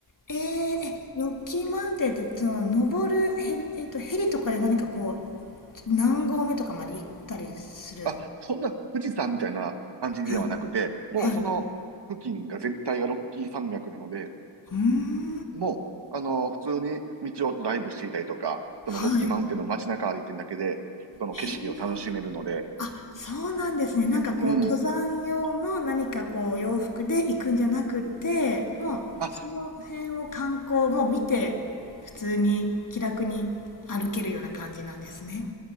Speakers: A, on the left; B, on the right.
A: ええ、え、ロッキーマウンテンって、その、登るヘリ、えっと、ヘリとかで何かこう、何合目とかまで行ったりする。
B: あ、そんな富士山みたいな感じではなくて、
A: はい。
B: もうその付近が全体がロッキー山脈なので、
A: はい。うーん。
B: もう、あの、普通に道をドライブしていたりとか、
A: はい。
B: そのロッキーマウンテンの街中歩いてるだけで、
A: へ
B: その景色を楽しめるので、
A: え。あ、そうなんですね。なんかこう、
B: うん。
A: 登山用の何かこう、洋服で行くんじゃなくて、もう、
B: あ、
A: その辺を観光もう見て、普通に気楽に歩けるような感じなんですね。